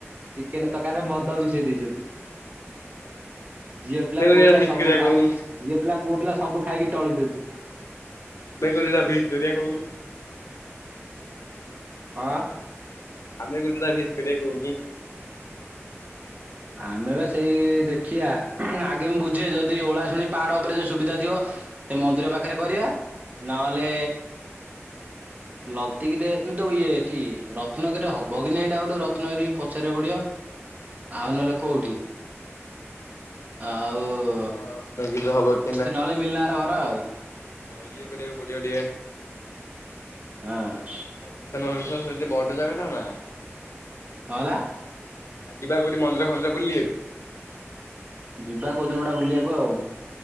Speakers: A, on the right (about 35°); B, on the left (about 80°).
A: ଚିକେନ ତକାରୀରେ ମଦ ମିଶେଇ ଦେଇଛନ୍ତି। ଝିଅ
B: ଆମେ
A: ପିଲା
B: କୋଉଠି
A: ପୁଅ
B: ଗୋଟେ
A: ପିଲା
B: ଫିଷ୍ଟ
A: ସବୁ
B: କରିବା
A: ଖାଇକି,
B: କହୁନୁ
A: ଝିଅ ପିଲା ପୁଅ ପିଲା ସବୁ ଖାଇକି ଟଳୁଛନ୍ତି।
B: ଆମେ କରିବା ଫିଷ୍ଟି କରିବା କହୁନୁ।
A: ହଁ।
B: ଆମେ ଗୋଟେ ଦିନ ଫିଷ୍ଟି କରିବା କଉଠି।
A: ଆମେ ବା ସେଇ ଦେଖିବା, ଆଗେ ମୁଁ ବୁଝେ ଯଦି ଓଳା ଶୁଣି ପାହାଡ ଉପରେ ଯଦି ସୁବିଧା ଥିବ। ସେ ମନ୍ଦିର ପାଖରେ କରିବା। ନହେଲେ ନତିକିରେ କିନ୍ତୁ ଇଏ ଏଠି ରତ୍ନଗିରି ରେ ହବ କି ନାଇଁ ଡାଉନ୍ ରତ୍ନଗିରି କି ପଚାରିବାକୁ ପଡିବ। ଆଉ ନହେଲେ କୋଉଠି? ଆଉ
B: ହଁ। ରତ୍ନଗିରି ରେ ହବ କି?
A: ସେ ନହେଲେ ମିଲ୍ଲା ର ଘର ଆଉ
B: ହଁ। ଇଏ କରିବାକୁ ପଡିବ ଟିକେ।
A: ହଁ।
B: ପରୀମିସନ୍ ମିଳୁଛି ମାନେ ସେଟା ଟିକେ ବଡ଼ ଜାଗା ଟା ନା?
A: କଣ ହେଲା?
B: ଆଉ ଯିବା କୋଉଠି ମନ୍ଦିର ଫନ୍ଦିର ବୁଲିବାକୁ?
A: ଯିବା କୋଉ ଦିନ ଗୋଟେ ବୁଲିବାକୁ ଆଉ।